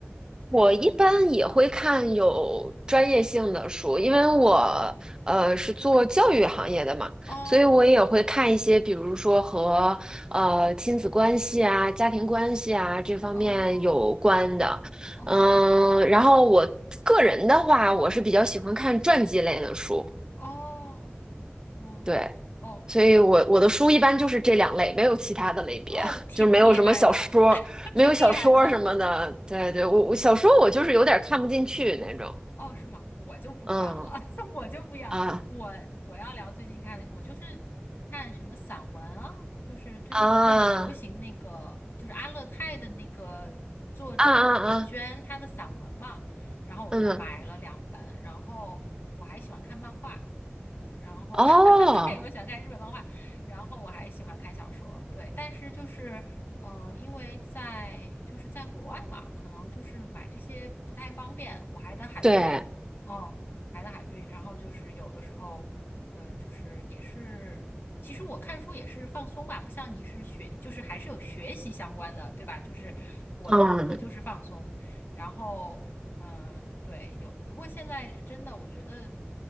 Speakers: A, on the right; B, on the left.
A: 我一般也会看有专业性的书，因为我呃是做教育行业的嘛，
B: 哦
A: 所以我也会看一些，比如说和呃亲子关系啊、家庭关系啊这方面有关的。
B: 哦哦
A: 嗯，然后我个人的话，我是比较喜欢看传记类的书，
B: 哦哦哦
A: 对，所以我我的书一般就是这两类，没有其他的类别，
B: 哦，
A: <laughs>
B: 挺厉害的，
A: 就是没有什么小说。
B: <laughs>
A: 没有小说什么的，
B: 挺厉害的。
A: 对对，我我小说我就是有点看不进去那种。
B: 哦，是吗？我就不一样了，
A: 嗯
B: <laughs> 我就不一样。
A: 啊
B: 我我要聊最近看的，我就是看什么散文啊，就是最近不是很流行那个，
A: 啊
B: 就是阿勒泰的那个作者李娟她的散文嘛。
A: 啊啊啊，
B: 然后我买了两本，
A: 嗯，
B: 然后我还喜欢看漫画，然后
A: 哦，
B: <laughs> 对，我喜欢看日本漫画，然后我还喜欢看小说，对。但是就是呃，因为在就是在国外嘛，可能就是买这些不太方便，我还得海运，
A: 对，
B: 哦，还得海运，然后就是有的时候，呃，就是也是，其实我看书也是放松吧，不像你是学，就是还是有学习相关的，对吧？就是我我就是放松，
A: 嗯，
B: 然后嗯，对，有。不过现在真的，我觉得